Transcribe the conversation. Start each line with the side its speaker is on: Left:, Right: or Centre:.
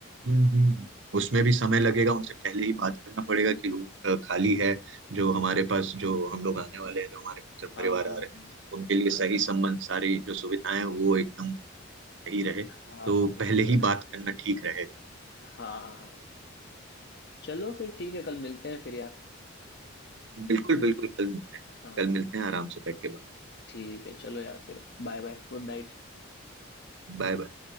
Right: हम्म, हम्म। उसमें भी समय लगेगा उनसे पहले ही बात करना पड़ेगा कि रूम खाली है जो हमारे पास जो हम लोग आने वाले हैं जो हमारे मित्र
Left: हाँ
Right: परिवार
Left: हाँ
Right: आ रहे हैं उनके लिए सही संबंध सारी जो सुविधाएं हैं, वो एकदम सही रहे
Left: हाँ हाँ
Right: तो
Left: हाँ वो
Right: पहले
Left: तो है।
Right: ही बात करना ठीक रहेगा
Left: हाँ हाँ हाँ, चलो फिर ठीक है कल मिलते हैं फिर यार
Right: बिल्कुल बिल्कुल कल मिलते हैं
Left: हाँ
Right: कल मिलते हैं आराम से बैठ के बात
Left: ठीक है चलो यार फिर बाय बाय गुड नाइट
Right: Bye bye.